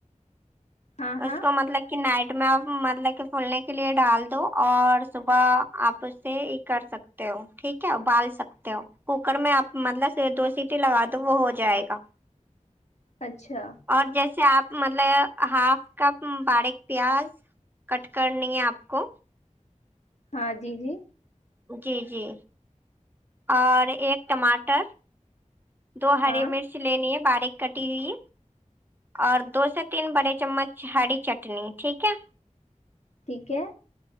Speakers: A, on the left (about 60°); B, on the right (about 15°).
A: ہاں ہاں
B: اس کو مطلب کی نائٹ میں آپ مطلب کی فولنے کے لیے ڈال دو اور صبح آپ اس سے کر سکتے ہو ٹھیک ہے ابال سکتے ہو کوکر میں آپ مطلب دو سیٹی لگا دو وہ ہو جائے گا
A: اچھا
B: اور جیسے آپ مطلب ہاف کپ باریک پیاز کٹ کرنی ہے آپ کو
A: ہاں جی جی
B: جی جی اور ایک ٹماٹر دو ہری
A: ہاں
B: مرچ لینی ہے باریک کٹی ہوئی اور دو سے تین بڑے چمچ ہری چٹنی ٹھیک ہے
A: ٹھیک ہے